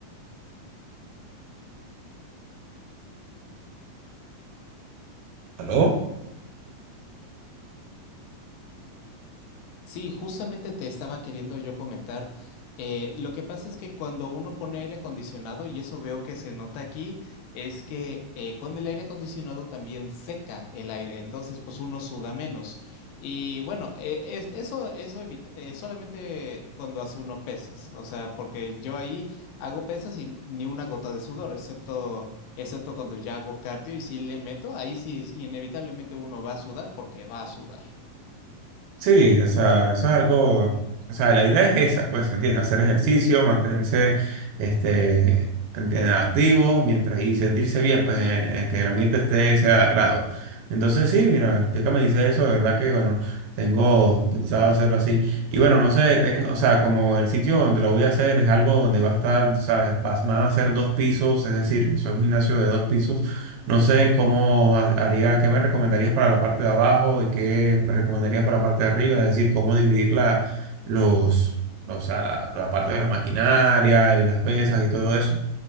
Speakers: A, on the right; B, on the left.
A: ¿Aló?
B: Sí, justamente te estaba queriendo yo comentar. eh, lo que pasa es que cuando uno pone aire acondicionado, y eso veo que se nota aquí, es que eh, con el aire acondicionado también seca el aire, entonces pues uno suda menos. Y bueno, eh, es- eso, eso evita, eh, solamente cuando hace uno pesas, o sea, porque yo ahí hago pesas y ni una gota de sudor, excepto, excepto cuando ya hago cardio y si le meto, ahí sí inevitablemente uno va a sudar porque va a sudar.
A: Sí, o sea, eso es algo, o sea, la idea es esa, pues, ¿me entiendes? Hacer ejercicio, mantenerse, este, ¿entiendes? activo, mientras y sentirse bien, pues, eh, eh, que el ambiente esté, sea de agrado. Entonces, sí, mira, ya que me dice eso, de verdad que, bueno, tengo pensado hacerlo así. Y bueno, no sé, tengo, o sea, como el sitio donde lo voy a hacer es algo donde va a estar, ¿sabes? Vas- Van a ser dos pisos, es decir, es un gimnasio de dos pisos no sé cómo ha- haría, qué me recomendarías para la parte de abajo, de qué me recomendarías para la parte de arriba, es decir, cómo dividir la, los, o sea, la, la parte de la maquinaria y las pesas y todo eso.